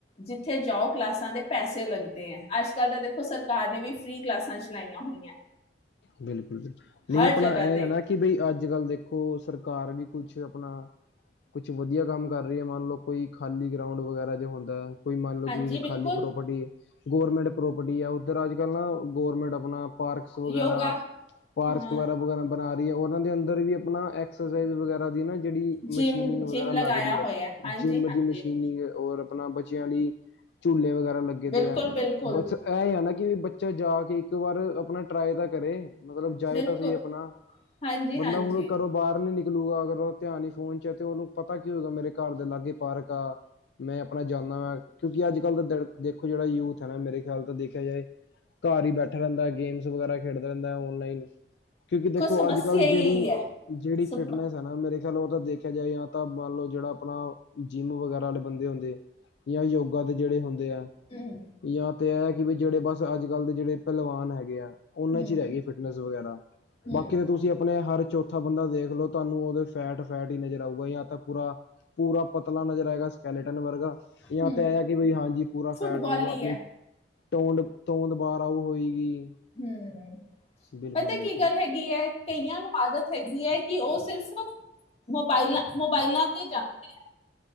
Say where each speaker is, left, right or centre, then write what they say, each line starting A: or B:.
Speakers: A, on the left; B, on the left.
A: ਜਿੱਥੇ ਜਾਉ ਕਲਾਸਾਂ ਦੇ ਪੈਸੇ ਲੱਗਦੇ ਆ, ਅੱਜ ਕੱਲ ਤਾਂ ਦੇਖੋ ਸਰਕਾਰ ਨੇ ਵੀ ਫ੍ਰਰੀ ਕਲਾਸਾਂ ਚਲਾਈਆਂ ਹੋਈਆਂ।
B: ਬਿਲਕੁਲ-ਬਿਲਕੁਲ। ਨਹੀਂ,
A: ਹਰ
B: ਆਪਣਾ
A: ਜਗ੍ਹਾ
B: ਇਹ
A: ਤੇ
B: ਹੈ ਨਾ ਕਿ ਬਈ ਅੱਜ ਅੱਜ ਕੱਲ ਦੇਖੋ ਸਰਕਾਰ ਵੀ ਕੁਛ ਆਪਣਾ ਕੁਛ ਵਧੀਆ ਕੰਮ ਕਰ ਰਹੀ ਹੈ, ਮੰਨ ਲਉ ਕੋਈ ਖਾਲੀ ਗਊਂਡ ਵਗੈਰਾ ਜੋ ਹੁੰਦਾ ਹੈ ਕੋਈ ਮੰਨ ਲਓ
A: ਹਾਂਜੀ
B: ਕਿ
A: ਬਿਲਕੁਲ
B: ਖਾਲੀ ਪ੍ਰੋਪਰਟੀ ਗਵਰਮੈਂਟ ਪ੍ਰੋਪਰਟੀ ਹੈ ਉੱਧਰ ਅੱਜ ਕੱਲ੍ਹ ਨਾ ਗੌਰਮੈਂਟ ਆਪਣਾ ਪਾਰਕਸ ਵਗੈਰਾ
A: ਯੋਗਾ
B: ਪਾਰਕਸ
A: ਹਾਂ
B: ਵਗੈਰਾ ਵਗੈਰਾ ਬਣਾ ਰਹੀ ਹੈ ਉਹਨਾਂ ਦੇ ਅੰਦਰ ਵੀ ਆਪਣਾ ਐਕਸਰਸਾਈਜ਼ ਵਗੈਰਾ ਦੀ ਨਾ ਜਿਹੜੀ
A: ਜਿੰਮ
B: ਮਸ਼ੀਨਿੰਗ
A: ਜਿੰਮ
B: ਵਗੈਰਾ
A: ਲਗਾਇਆ
B: ਲੱਗਦੀ ਹੈ
A: ਹੋਇਆ ਹਾਂਜੀ
B: ਜਿੰਮ
A: ਹਾਂਜੀ
B: ਦੀ ਮਸ਼ੀਨਿੰਗ ਰ ਆਪਣਾ ਬੱਚਿਆਂ ਲਈ ਝੂਲੇ ਵਗੈਰਾ ਲੱਗੇ ਦੇ
A: ਬਿਲਕੁਲ
B: ਆ
A: ਬਿਲਕੁਲ
B: ਬਸ ਇਹ ਹੀ ਹੈ ਨਾ ਕਿ ਬੱਚੇ ਅੱਛਾ ਜਾ ਕੇ ਇੱਕ ਵਾਰ ਆਪਣਾ ਟਰਾਈ ਤਾਂ ਕਰੇ ਮਤਲਬ ਜਾਏ
A: ਬਿਲਕੁਲ
B: ਤਾਂ ਸਹੀ ਆਪਣਾ
A: ਹਾਂਜੀ
B: ਬੰਦਾ
A: ਹਾਂਜੀ
B: ਹੁਣ ਘਰੋਂ ਬਾਹਰ ਨੀ ਨਿਕਲੂਗਾ ਅਗਰ ਧਿਆਨ ਨ ਫੋਨ ਚ ਤੇ ਉਹਨੂੰ ਪਤਾ ਕੀ ਹੋਏਗਾ ਮੇਰੇ ਘਰ ਦੇ ਲਾਗੇ ਪਾਰਕ ਆ ਮੈਂ ਆਪਣਾ ਜਾਂਦਾ ਵਾ ਕਿਉਂਕਿ ਅੱਜ ਕੱਲ੍ਹ ਦਾ ਦੇਖੋ ਜਿਹੜਾ ਯੂਥ ਹੈ ਨਾ ਮੇਰੇ ਖਿਆਲ ਤਾਂ ਦੇਖਿਆ ਜਾਏ ਘਰ ਹੀ ਬੈਠਾ ਰਹਿੰਦਾ ਹੈ ਗੇਮਸ ਵਗੈਰਾ ਖੇਡਦਾ ਰਹਿੰਦਾ ਹੈ ਉਹ ਔਨਲਾਈਨ, ਕਿਉਂਕਿ ਦੇਖੋ
A: ਸਮੱਸਿਆ
B: ਅੱਜ ਕੱਲ੍ਹ ਜਿਹੜੀ
A: ਹੀ ਇਹੀ ਹੈ
B: ਜਿਹੜੀ
A: ਸਮ-
B: ਫਿਟਨੈਸ ਹੈ ਨਾ ਮੇਰੇ ਖਿਆਲ ਉਹ ਤਾਂ ਦੇਖਿਆ ਜਾਏ ਜਾਂ ਤਾਂ ਮੰਨ ਲਓ ਜਿਹੜਾ ਆਪਣਾ ਜਿੰਮ ਵਗੈਰਾ ਵਾਲੇ ਬੰਦੇ ਹੁੰਦੇ ਜਾਂ ਯੋਗਾ ਦੇ ਜਿਹੜੇ ਹੁੰਦੇ
A: ਹਮ
B: ਜਾਂ ਤੇ ਇਹ ਹੈ ਕਿ ਵੀ ਜਿਹੜੇ ਬਸ ਅੱਜ ਕੱਲ੍ਹ ਦੇ ਜਿਹੜੇ ਪਹਿਲਵਾਨ ਹੈਗੇ ਆ ਉਹਨਾਂ
A: ਹਮ
B: ਚ ਹੀ ਰਹਿ ਗਏ ਫਿਨਿਸ਼ ਵਗੈਰਾ
A: ਹਮ
B: ਬਾਕੀ ਤਾਂ ਤੁਸੀਂ ਆਪਣੇ ਹਰ ਚੌਥੇ ਉੱਥਾ ਬੰਦਾ ਦੇਖ ਲੋੋ ਤੁਹਾਨੂੰ ਉਹਦੇ ਫੈਟ-ਫੈਟ ਹੀ ਨਜ਼ਰ ਆਊਗਾ ਜਾਂ ਤਾਂ ਪੂਰਾ ਪੂਰਾ ਪਤਲਾ ਨਜ਼ਰ ਆਏਗਾ ਸਕੈਲੇਟਨ ਵਰਗਾ ਜਾਂ
A: ਹਮ
B: ਤਾਂ ਇਹ ਕਿ ਬ ਹਾਂਜੀ ਪੂਰਾ
A: ਫੁੱਟਬਾਲ
B: ਫੈਟ ਹੋਊਗਾ
A: ਹੀ
B: ਆਪਣੀ
A: ਹੈ
B: ਟੋਡ ਤੋਂਦਬਾਰ ਆਊ ਹੋਏਗੀ
A: ਹੂੰ,
B: ਬਿਲਕੁਲ
A: ਪਤਾ
B: ਬਿਲਕੁਲ
A: ਕੀ ਗੱਲ ਹੈਗੀ ਹੈ? ਕਈਆਂ ਨੂੰ ਆਦਤ ਹੈਗੀ ਹੈ ਕਿ ਉਹ ਸਿਰਫ਼ ਮੋਬਾਈਲਾਂ-ਮੋਬਾਈਲਾਂ ਤੇ ਜਾਂਦੇ ਹੈ।